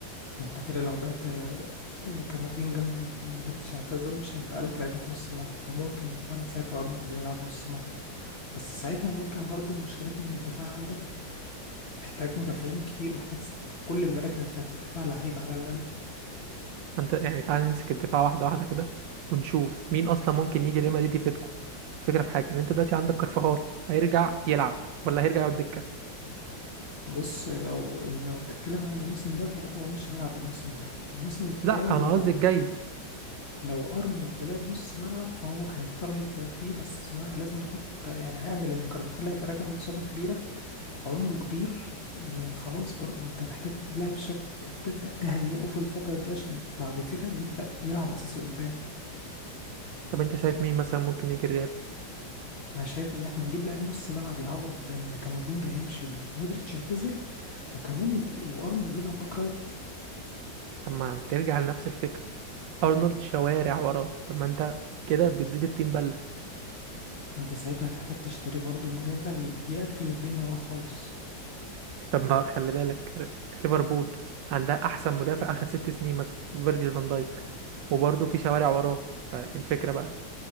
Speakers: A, on the left; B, on the right.
A: فانت كده لو بعت آه، آه، كامافينجا ومود- ومودريتش اعتزل مش هيبقى لك لعيبه في نص الملعب فممكن فعلا ساعتها ارنولد يلعب نص ملعب بس ساعتها هنرجع برضو لمشكله ان الدفاع عندك محتاج مدافعين كتير محتاج س- في كل المراكز بتاعه الدفاع لعيب على الاقل
B: انت يعني تعال نمسك الدفاع واحده واحده كده ونشوف مين اصلا ممكن يجي ريال مدريد يفيدكم فكره في حاجه ان انت دلوقتي عندك كارفاخال هيرجع يلعب ولا هيرجع يقعد دكه
A: بص لو لو بتتكلم عن الموسم ده فلا هو مش هيلعب الموسم ده الموسم التاني
B: لا
A: لو
B: انا قصدي الجاي
A: لو ارنولد لعب نص ملعب فهو كان هيضطر يبدأ فيه بس ما لازم نحط يعني عامل ان كارفاخال هيبقى راجع من اصابة كبيرة عمره كبير يعني خلاص برضو انت محتاج تجيب لاعب شاب تب- تبدأ تهيئه في الفترة دي عشان بعد كده يبدأ يلعب اساسي قدام
B: طب انت شايف مين مثلا ممكن يجي الريال
A: انا شايف ان احنا نجيب لاعب نص ملعب يعوض ان كامافينجا هيمشي ومودريتش يعتزل وكمان نجي وارنولد يلعب باك رايت
B: طب ما ترجع لنفس الفكره ارنولد شوارع وراه طب ما انت كده بتزيد التيم بله
A: ما انت ساعتها هتحتاج تشتري برضو مدافع ي- يقفل الدنيا ورا خالص
B: طب ما خلي بالك ر- ليفربول عندها احسن مدافع اخر ست سنين مثلا فيرجيل فان دايك وبرضه في شوارع وراه فالفكره بقى